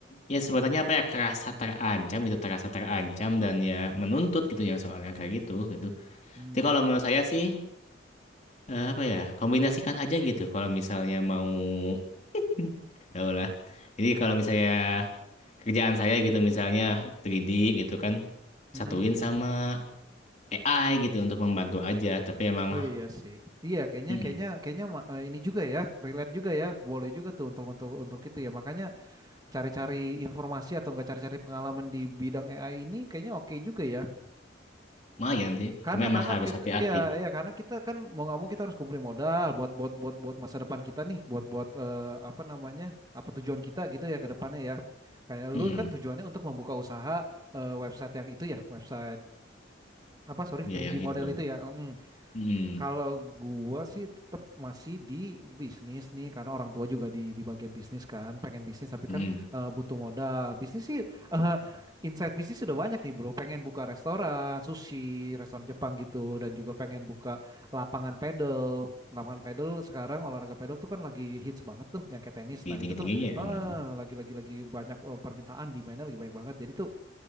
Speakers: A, on the left; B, on the right.
A: ya sebenarnya apa ya kerasa terancam gitu, terasa terancam dan ya menuntut gitu yang soalnya kayak gitu gitu.
B: Mm.
A: Jadi kalau menurut saya sih eh, apa ya kombinasikan aja gitu kalau misalnya mau <laughs> Tahu lah. Jadi kalau misalnya kerjaan saya gitu misalnya 3D gitu kan
B: Mm-mm.
A: satuin sama AI gitu untuk membantu aja. Tapi emang
B: Oh iya sih. Iya kayaknya
A: mm
B: kayaknya kayaknya ma- eh, ini juga ya, relate juga ya. Boleh juga tuh untuk untuk untuk itu ya. Makanya cari-cari informasi atau enggak cari-cari pengalaman di bidang AI ini kayaknya oke juga ya.
A: lumayan sih.
B: Karena
A: Cuma emang
B: karena
A: harus
B: kita
A: hati-hati.
B: iya iya karena kita kan mau nggak mau kita harus kumpulin modal buat buat buat buat masa depan kita nih, buat buat eh, apa namanya? apa tujuan kita gitu ya ke depannya ya. Kayak
A: Mm-mm.
B: lu kan tujuannya untuk membuka usaha eh, website yang itu ya, website apa sorry
A: Iya
B: tiga
A: yang
B: d model
A: itu.
B: itu ya. Mm.
A: Mm-mm.
B: Kalau gua sih tetap masih di bisnis nih karena orang tua juga di di bagian bisnis kan, pengen bisnis tapi
A: Mm-mm.
B: kan eh, butuh modal. Bisnis sih eh, insight bisnis sudah banyak nih, Bro. Pengen buka restoran sushi, restoran Jepang gitu dan juga pengen buka lapangan pedal. Lapangan pedal sekarang olahraga pedal tuh kan lagi hits banget tuh yang kayak tenis.
A: Tinggi-
B: Nah, itu
A: Tinggi-tingginya.
B: tuh
A: ya.
B: eh,
A: Mm-mm.
B: lagi lagi lagi banyak eh, permintaan di mana lagi banyak banget. Jadi tuh